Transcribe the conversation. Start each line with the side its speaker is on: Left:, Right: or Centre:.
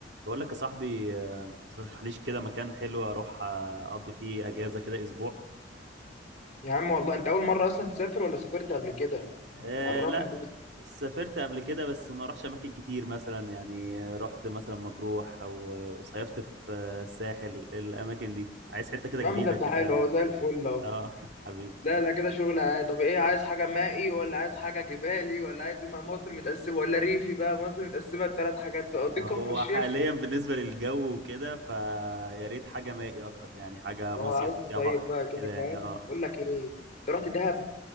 Right: بقول لك يا صاحبي آه، ترشح ليش كده مكان حلو اروح آه، اقضي فيه اجازه كده اسبوع
Left: يا عم والله انت اول مره اصلا تسافر ولا سافرت قبل كده
Right: أه
Left: عرفني
Right: لا
Left: بس
Right: سافرت قبل كده بس ما رحتش اماكن كتير مثلا يعني آه، رحت مثلا مطروح او آه، صيفت في آه، الساحل الاماكن دي عايز حته كده
Left: المهم
Right: جديده
Left: ده انت
Right: كده
Left: حلو اهو زي الفل
Right: ليش
Left: اهو
Right: اه <laughs> حبيبي
Left: لا ده كده شغل عادي طب ايه عايز حاجه مائي ولا عايز حاجه جبالي ولا عايز ايه؟ ما مصر متقسمه ولا ريفي بقى مصر متقسمه الثلاث حاجات دول اوديك
Right: هو
Left: كفر الشيخ
Right: حاليا بالنسبه للجو وكده فيا ريت حاجه مائي اكتر يعني حاجه
Left: اه
Right: مصيف
Left: عايز تصيف
Right: فيها بحر
Left: بقى كده
Right: كده يعني
Left: فاهم
Right: اه
Left: بقول لك ايه انت رحت دهب